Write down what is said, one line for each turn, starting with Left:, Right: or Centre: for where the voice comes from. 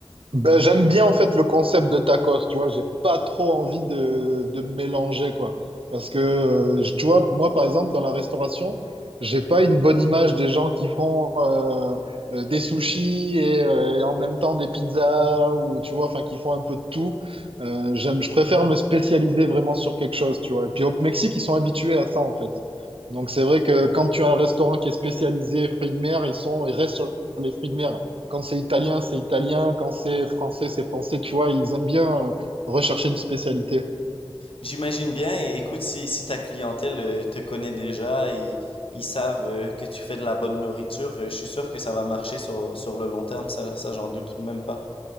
Right: Ben, j'aime bien en fait le concept de tacos, tu vois, j'ai pas trop envie de, de me mélanger quoi. Parce que euh, je- tu vois, moi par exemple dans la restauration, j'ai pas une bonne image des gens qui font euh, euh, des sushis et, euh, et en même temps des pizzas ou tu vois, enfin qui font un peu de tout. Euh, j'aime, je préfère me spécialiser vraiment sur quelque chose, tu vois. Et puis au Mexique, ils sont habitués à ça en fait. Donc c'est vrai que quand tu as un restaurant qui est spécialisé fruits de mer, ils sont, ils restent sur les fruits de mer. Quand c'est italien, c'est italien. Quand c'est français, c'est français. Tu vois, ils aiment bien euh, rechercher une spécialité.
Left: J'imagine bien, et écoute, si, si ta clientèle euh, te connaît déjà et ils savent euh, que tu fais de la bonne nourriture, euh, je suis sûr que ça va marcher sur, sur le long terme, ça, ça j'en doute même pas.